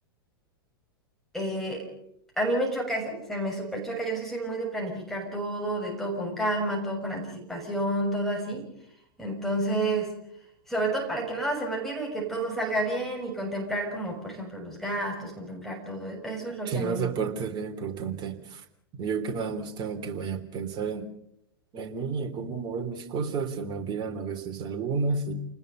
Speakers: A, in the centre; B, on the right.
A: eh, a mí me choca eso, o sea, me súper choca. Yo sí soy muy de planificar todo, de todo con calma, todo con anticipación, todo así. Entonces, sobre todo para que nada se me olvide y que todo salga bien y contemplar como, por ejemplo, los gastos, contemplar todo. Eso es lo
B: Sí,
A: que
B: no,
A: a mí
B: esa
A: me gusta.
B: parte es bien importante. Yo que nada más tengo que, vaya, pensar en, en mí, en cómo mover mis cosas, se me olvidan a veces algunas